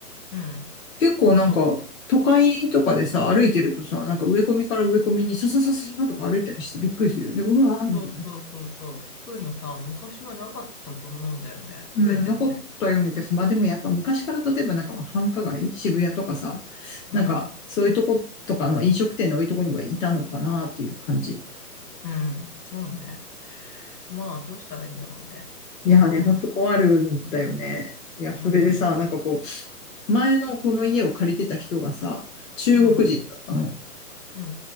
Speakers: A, on the left (about 75°); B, on the left (about 55°).
A: うん。
B: 結構なんか、
A: そう。
B: 都会とかでさ、歩いてるとさ、なんか植え込みから植え込みにさささささとか歩いたりしてびっくりするよね。うわーみたいな。
A: そうそうそうそう。そういうのさ、昔はなかったと思うんだよね。
B: うん、
A: 増えたよね。
B: 残ったような気がする。まあでもやっぱ昔から例えばなんかまあ繁華街、渋谷とかさ、
A: うん。
B: なんかそういうとことかの飲食店の多いとこにはいたのかなっていう感じ。
A: うん。そうね。まあ、どうしたらいいんだろうね。うん。
B: いやーね、ほんと困るんだよね。
A: うん。
B: いや、それでさ、
A: うん。
B: なんかこう、前のこの家を借りてた人がさ、中国人だったの。
A: うん。うん。うん。